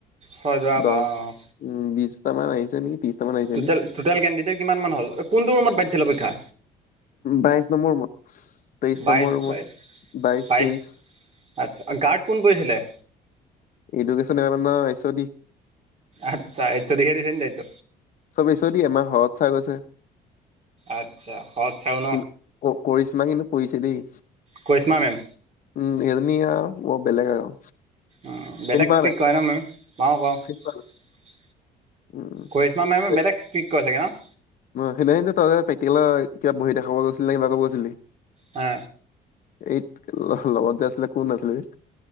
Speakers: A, on the right; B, on the left.
A: ছয় দৰা
B: দহ,
A: পৰা অঁ
B: উম বিশটামান আহিছে নেকি, ত্ৰিছটামান আহিছে
A: টোটেল
B: নেকি।
A: টোটেল কেণ্ডিডেট কিমান মান হ'ল, কোনটো ৰুমত পাতিছিলে পৰীক্ষা?
B: বাইশ নম্বৰ ৰুমত, তেইশ
A: বাইছ
B: নম্বৰ ৰুমত,
A: বাইছ
B: বাইশ
A: বাইছ
B: তেইশ।
A: আচ্ছা, গাৰ্ড কোন কৰিছিলে?
B: এডুকেশ্যনৰ মেম আমাৰ এছ অ দি।
A: আচ্ছা, এছ অদিক হে দিছে নি দায়িত্ব?
B: চবে এছ অ দিয়ে, আমাৰ শৰৎ চাৰ গৈছে।
A: আচ্ছা, শৰৎ চাৰো
B: কিন্তু কৰিছমা কিন্তু পৰিছে দেই।
A: কৰিশ্মা মেম
B: উম, এইজনী আৰু বৰ বেলেগ আৰু।
A: উম, বেলেগ
B: চিনি পোৱা
A: ষ্টিক
B: নাই?
A: কৰে ন মে' মে', পাওঁ পাওঁ,
B: চিনি পোৱা নাই? উম,
A: কৰি কিছুমান মে'মে
B: এই
A: বেলেগ ষ্টিক কৰে চাগে ন।
B: সেইদিনাখন যে তই যে প্ৰেক্টিকেলৰ কিবা বহি দেখাব গৈছিলি নে কিবা কৰিব গৈছিলি নেকি?
A: হা।
B: এইট লগত যে আছিলে কোন আছিলে?